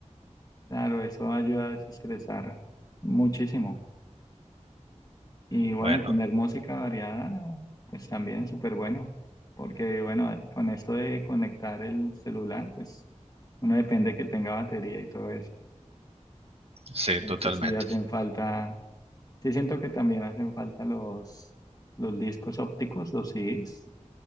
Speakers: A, on the left (about 30°); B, on the right (about 55°).
A: claro, eso ayuda a desestresar muchísimo. Y
B: Bueno,
A: bueno, tener música variada, pues también súper bueno, porque bueno, con esto de conectar el celular, pues uno depende que tenga batería y todo eso.
B: sí,
A: Entonces
B: totalmente.
A: sí hacen falta Sí, siento que también hacen falta los, los discos ópticos, los CDs,